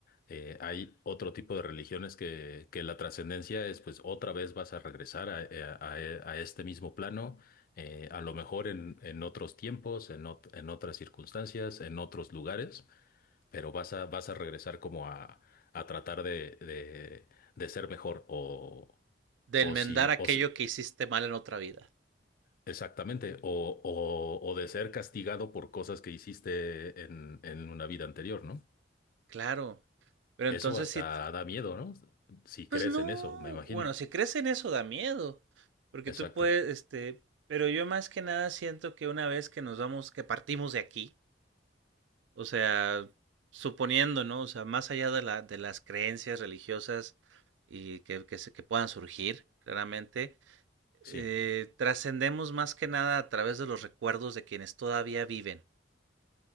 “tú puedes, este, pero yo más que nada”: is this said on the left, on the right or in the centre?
Right